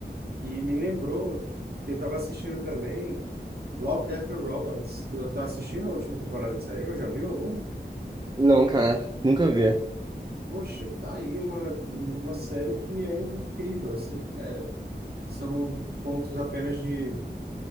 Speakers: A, on the right; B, on the right.
A: E me lembrou que eu estava assistindo também Love, Death and Robots. Tu tá assistindo a última temporada que saiu? Já viu algum?
B: Não, cara, nunca vi.
A: Poxa, tá aí uma, uma série que é incrível, assim. São pontos apenas de